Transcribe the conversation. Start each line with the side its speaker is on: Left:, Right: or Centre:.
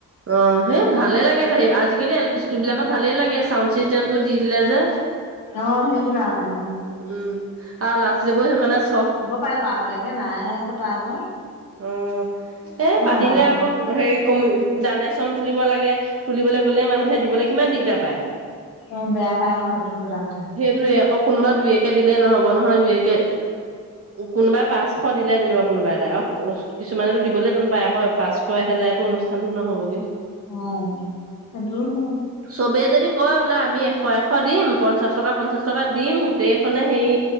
Right: অ সেই ভালেই লাগে ত আজিকালি এল পি স্কুল
Left: উম।
Right: বিলাকত ভালেই লাগে চাউণ্ড চিষ্টেমটো দি দিলে যে।
Left: অ সেইটো কাৰণে অ।
Right: উম আৰু ল'ৰা- ছোৱালী বোৰ সেইকাৰণে চখ।
Left: পাই লৰাবিলাকে নাই পতা আকৌ।
Right: উম এ
Left: অ'
Right: পাতিলে
Left: ৰাভা
Right: আকৌ
Left: দিৱসটো
Right: হেৰি কমি। দানে চন তুলিব লাগে তুলিবলৈ গ'লে মানুহে দিবলৈ কিমান দিগদাৰ পায়।
Left: অ বেয়া পাই আকৌ সেইটো এটা কথা।
Right: দুইয়েক কোনোবা দুইয়কে দিলে নহব নহয় দুইয়কে। কোনোবাই পাঁচশ দিলে যেনিবা কোনোবা এটাই আৰু। কিছুমানেতো দিবলে টান পায় আকৌ পাঁচশ এহেজাৰেতো অনুষ্ঠানতো নহ'বগে।
Left: অ' সেইটো হয়।
Right: চবেই যদি কয় বোলে আমি এশ এশ দিম পঞ্চাশ টকা পঞ্চাশ টকা। দিম গোটেইখনে হেৰি